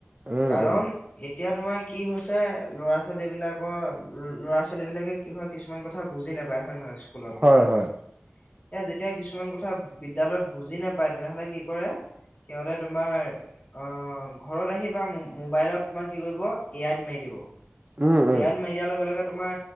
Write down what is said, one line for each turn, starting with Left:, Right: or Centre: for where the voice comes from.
Right: উম
Left: কাৰণ
Right: উম
Left: এতিয়া তোমাৰ কি হৈছে ল'ৰা ছোৱালী বিলাকৰ ল'ৰা ছোৱালী বিলাকে কি হয়, কিছুমান কথা বুজি নাপায় হয়, নহয়? স্কুলত
Right: হয়
Left: বিদ্যালয়ত
Right: হয়
Left: এতিয়া যেতিয়া কিছুমান কথা বিদ্যালয়ত বুজি নাপায়, তেনেহ'লে কি কৰে সিহঁতে তোমাৰ অ', ঘৰত আহি বা মোবাইলত তোমাৰ কি কৰিব এ আই ত মাৰি দিব।
Right: উম
Left: এ
Right: উম
Left: আই ত মাৰি দিয়াৰ লগে, লগে তোমাৰ